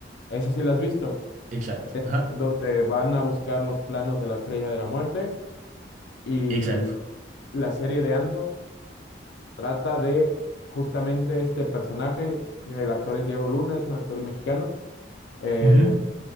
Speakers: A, on the left; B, on the right.
A: esa sí la has visto,
B: Exacto, ajá,
A: donde van a buscar los planos de la Estrella de la Muerte y
B: exacto.
A: la serie de Andor Trata de justamente este personaje, el actor es Diego Luna, es un actor mexicano, eh,
B: Ujú.